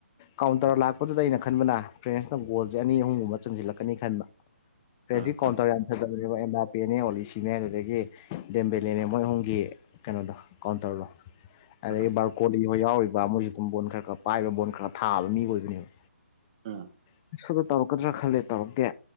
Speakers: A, on the left; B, on the right.
A: ꯀꯥꯎꯟꯇꯔ ꯂꯥꯛꯄꯗꯨꯗ ꯑꯩꯅ ꯈꯟꯕꯅ ꯐ꯭ꯔꯦꯟꯁꯅ ꯒꯣꯜꯁꯦ ꯑꯅꯤ ꯑꯍꯨꯝꯒꯨꯝꯕ ꯆꯟꯁꯤꯜꯂꯛꯀꯅꯤ ꯈꯟꯕ ꯐ꯭ꯔꯦꯟꯖꯤ
B: ꯎꯝ
A: ꯀꯥꯎꯟꯇꯔ ꯌꯥꯝ ꯐꯖꯕꯅꯦꯕ ꯑꯦꯝꯕꯥ ꯄꯦꯅꯦ ꯑꯣꯂꯤꯁꯤꯅꯦ ꯑꯗꯨꯗꯒꯤ ꯗꯦꯝꯕꯦꯂꯅꯦ ꯃꯣꯏ ꯑꯍꯨꯝꯒꯤ ꯀꯩꯅꯣꯗꯣ ꯀꯥꯎꯟꯇꯔꯗꯣ ꯑꯗꯒꯤ
B: ꯎꯝ
A: ꯕꯥꯔꯀꯣꯂꯤ ꯍꯣꯏ ꯌꯥꯎꯔꯤꯕ ꯃꯣꯏꯁꯨ ꯑꯗꯨꯝ ꯕꯣꯟ ꯈꯔ ꯈꯔ ꯄꯥꯏꯕ ꯕꯣꯟ ꯈꯔ ꯊꯥꯕ ꯃꯤ ꯑꯣꯏꯕꯅꯦꯕ
B: ꯑꯥ
A: ꯑꯣꯂꯤꯁꯦꯁꯨ ꯇꯧꯔꯛꯀꯗ꯭ꯔꯥ ꯈꯜꯂꯦ ꯇꯧꯔꯛꯇꯦ